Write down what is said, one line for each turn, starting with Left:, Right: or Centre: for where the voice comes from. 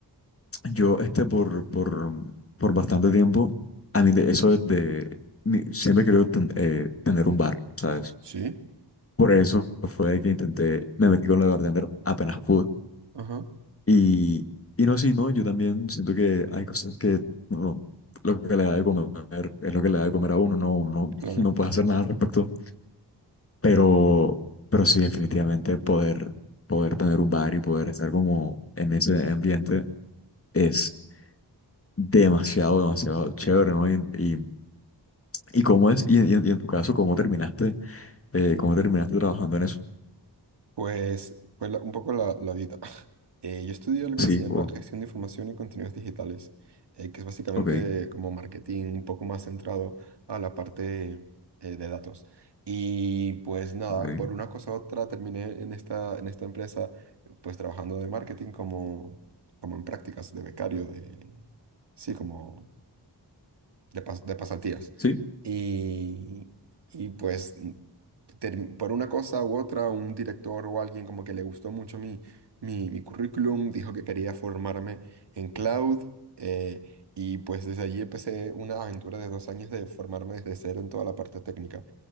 Left: Yo, este, por, por, por bastante tiempo, a mí de, eso es de, mi- siempre quiero ten- eh, tener un bar, ¿sabes?
Right: Sí,
Left: Por eso fue que intenté, me metí con la bartender apenas pude.
Right: ajá,
Left: Y, y no, sí, no, yo también siento que hay cosas que, no, lo que le da de comer es lo que le da de comer a uno, no, uno
Right: claro.
Left: <laughs> no puede hacer nada al respecto. Pero, pero sí, definitivamente poder, poder tener un bar y poder estar como en ese ambiente es Demasiado, demasiado chévere, ¿no? Y, y, y cómo es, y, en, y en- y en tu caso, ¿cómo terminaste, eh, cómo terminaste trabajando en eso?
Right: Pues fue la- un poco la, la vida. Eh, yo estudio algo
Left: Sí,
Right: que se llama
Left: o
Right: gestión de información y contenidos digitales, eh, que es básicamente
Left: ok,
Right: como marketing un poco más centrado a la parte eh, de datos. Y pues nada,
Left: ok,
Right: por una cosa u otra terminé en esta, en esta empresa pues trabajando de marketing como, como en prácticas de becario, de... Sí, como de, pas- de pasatías.
Left: sí.
Right: Y, y pues ter- por una cosa u otra, un director o alguien como que le gustó mucho mi, mi, mi currículum, dijo que quería formarme en cloud. eh, y pues desde allí empecé una aventura de dos años de formarme desde cero en toda la parte técnica.